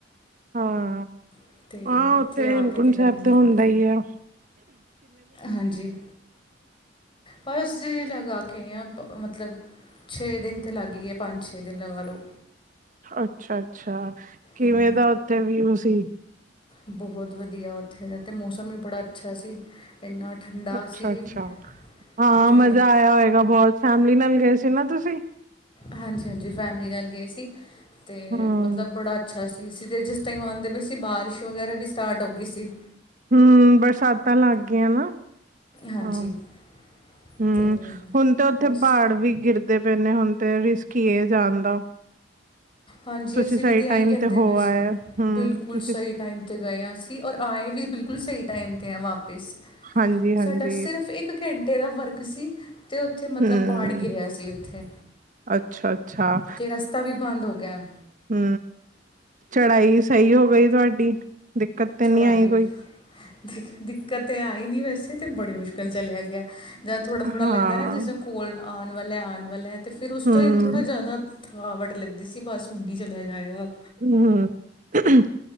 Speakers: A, on the right; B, on the left.
A: ਹਾਂ,
B: ਅਤੇ
A: ਹਾਂ
B: ਇੱਥੇ
A: ਉੱਥੇ
B: ਆ
A: ਹੇਮਕੁੰਟ
B: ਕੇ ਤਾਂ ਗਰਮੀ
A: ਸਾਹਿਬ ਤੇ
B: ਆ
A: ਹੁੰਦਾ
B: ਗਈ
A: ਹੀ ਆ।
B: ਹਾਂਜੀ, ਬਸ ਜੀ, ਲਗਾ ਕੇ ਆਂਈ ਆਂ, ਮਤਲਬ ਛੇ ਦਿਨ ਤੇ ਲਗ ਹੀ ਗਏ, ਪੰਜ ਛੇ ਦਿਨ ਲਗਾ ਲੋ।
A: ਅੱਛਾ ਅੱਛਾ, ਕਿਵੇਂ
B: ਹਮ,
A: ਦਾ ਉੱਥੇ ਵਿਊ ਸੀ।
B: ਬਹੁਤ ਵਧੀਆ, ਉੱਥੇ ਦਾ ਤੇ ਮੌਸਮ ਵੀ ਬੜਾ ਅੱਛਾ ਸੀ। ਕਿੰਨਾ ਠੰਡਾ
A: ਅੱਛਾ
B: ਸੀ
A: ਅੱਛਾ, ਹਾਂ
B: ਅਤੇ
A: ਮਜ਼ਾ ਆਇਆ ਹੋਏਗਾ ਬਹੁਤ ਫੈਮਿਲੀ ਨਾਲ ਗਏ ਸੀ ਨਾ ਤੁਸੀਂ।
B: ਹਾਂਜੀ ਹਾਂਜੀ, ਫੈਮਲੀ ਨਾਲ ਗਏ ਸੀ, ਤੇ
A: ਹਮ
B: ਮਤਲਬ ਬੜਾ ਅੱਛਾ, ਅਸੀਂ ਤੇ ਜਿਸ ਟਾਈਮ ਆਉਂਦੇ ਪਏ ਸੀਂ ਬਾਰਿਸ਼ ਵਗੈਰਾ ਵੀ ਸਟਾਰਟ ਹੋ ਗਈ ਸੀ।
A: ਹੂ, ਬਰਸਾਤਾਂ ਲੱਗ ਗਈਆਂ ਨਾ।
B: ਹਾਂਜੀ
A: ਹਾਂ
B: ਅਤੇ
A: ਹੂ, ਹੁਣ ਤੇ ਉੱਥੇ
B: ਬਸ
A: ਪਹਾੜ ਵੀ ਗਿਰ ਗਿਰਦੇ ਪਏ ਨੇ, ਹੁਣ ਤੇ ਰਿਸਕ ਹੀ ਹੈ ਜਾਣ ਦਾ।
B: ਹਾਂਜੀ
A: ਤੁਸੀਂ
B: ਅਸੀਂ
A: ਸਹੀ
B: ਵੀ ਤੇ
A: ਟਾਈਮ
B: ਏਹੀ ਕਹਿੰਦੇ
A: ਹੋ
B: ਪਏ ਸੀ,
A: ਆਏ ਹੂੰ
B: ਬਿਲਕੁਲ
A: ਤੁਸੀਂ
B: ਸਹੀ ਟਾਈਮ ਤੇ ਗਏ ਹ ਅਸੀਂ, ਔਰ ਆਏ ਵੀ ਬਿਲਕੁਲ ਸਹੀ ਟਾਈਮ 'ਤੇ ਹੈ ਵਾਪਿਸ
A: ਹਾਂਜੀ ਹਾਂਜੀ
B: ਸਾਡਾ ਸਿਰਫ ਇੱਕ ਘੰਟੇ ਦਾ ਫਰਕ ਸੀ ਤੇ ਉੱਥੇ ਮਤਲਬ
A: ਹੂੰ
B: ਪਹਾੜ ਗਿਰਿਆ ਸੀ ਉੱਥੇ,
A: ਅੱਛਾ ਅੱਛਾ
B: ਤੇ ਰਸ ਤਾ ਵੀ ਬੰਦ, ਹੋ ਗਿਆ।
A: ਹੂ, ਚੜਾਈ ਸਹੀ ਹੋ ਗਈ ਤੁਹਾਡੀ ਦਿੱਕਤ ਤੇ
B: ਛੁੜਾਈ
A: ਨਹੀਂ ਆਈ
B: ਉਹ
A: ਕੋਈ
B: ਦਿੱਕਤ ਤੇ ਆਈ ਨਹੀਂ, ਵੈਸੇ ਤੇ ਬੜੀ ਮੁਸ਼ਕਿਲ ਚਲਿਆ ਗਿਆ ਜਦ ਥੋੜਾ ਥੋੜ੍ਹਾ
A: ਹਾਂ
B: ਲੱਗਦਾ ਨਾ ਜਿਸ ਤ ਕੋਲ ਆਉਣ ਵਾਲਾ ਹੈ ਆਉਣ ਵਾਲਾ ਹੈ, ਤੇ ਫਿਰ ਉਸ
A: ਹੂੰ
B: ਟਾਈਮ ਥੋੜ੍ਹਾ ਜ਼ਿਆਦਾ ਥਕਾਵਟ ਲੱਗਦੀ ਸੀ, ਬਸ ਹੁਗੀ ਚਲਿਆ ਜਾਏਗਾ।
A: ਹੂੰ ਹੰ